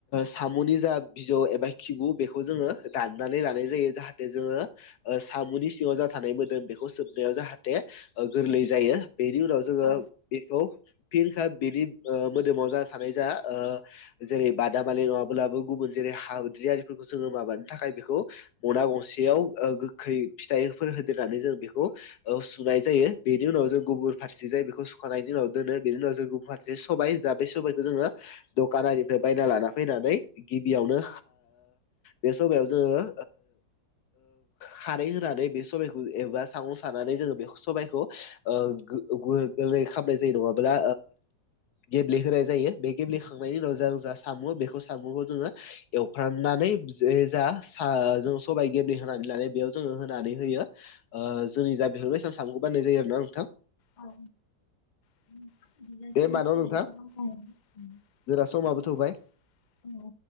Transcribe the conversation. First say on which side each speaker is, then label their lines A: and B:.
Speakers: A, on the left (about 65°); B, on the left (about 35°).
A: साम'नि जा बिजौ एबा खिबु बेखौ जोङो दाननानै लानाय जायो जाहाथे जोङो सामुनि सिङाव जा थानाय मोदोम बेखौ सोबनायाव जाहाथे गोरलै जायो बेनि उनाव जोङो
B: औ
A: बेखौ फिन बिनि मोदोमाव जा थानाय जा जेरै बादामालि नङाब्लाबो गुबुन जेरै हाद्रिारिफोरखौ जोङो माबानो थाखाय बेखौ मना गंसेयाव गोखै फिथाइफोर होदेरनानै जों बेखौ सुनाय जायो बेनि उनाव जों गुबुन फारसे जाय बेखौ सुखांानायनायनि उनाव दोनो बेनि उनाव जों मोनसे सबाय जा बे सबायखौ जोङो दखाननिफ्राय बायना लाना फैनानै गिबियावनो बे समायाव जोङो खारै होनानै बे सबाइखौ एबा सागं सानानै जोङो बे सबायखौ <unintelligible> खालामनाय जायो नङाब्ला गेब्लेहोनाय जायो बे गेब्लेखांनायनि उनाव जों सामु बेखौ सामुखौ जोङो एवफ्राननानै ज जा स जों सबायाइ गेब्ले होनानै लानाय बेयाव जोङो होनानै होयो जोंनि जा बेफोरबाय सान सामुखौ बानायनाय जायो आरो ना नोंथां
B: औ बिज
A: दे होमबा न'
B: जसि
A: नोंथां
B: म
A: जोंना समाबो थौबाय
B: औ